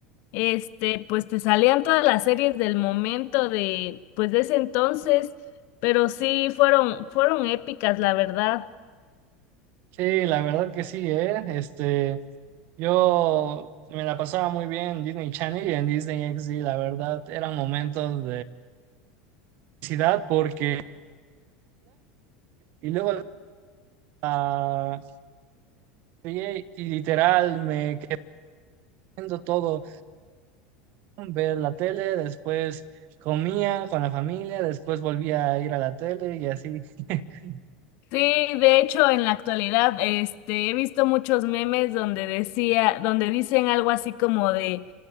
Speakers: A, on the left; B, on the right.
A: este, pues te salían todas las series del momento de, pues de ese entonces, pero sí fueron, fueron épicas, la verdad.
B: Sí, la verdad que sí, ¿eh? Este, yo me la pasaba muy bien en Disney Channel y en Disney XD, la verdad, eran momentos felicidad porque y luego la vi y literal me quedé viendo todo, ver la tele, después comía con la familia, después volvía a ir a la tele y así. <laughs>
A: Sí, de hecho, en la actualidad, este, he visto muchos memes donde decía, donde dicen algo así como de,